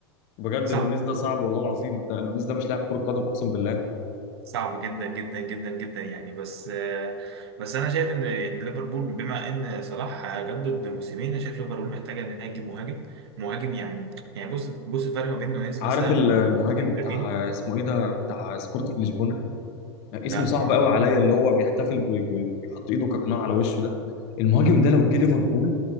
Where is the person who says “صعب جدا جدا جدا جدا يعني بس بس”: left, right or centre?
Right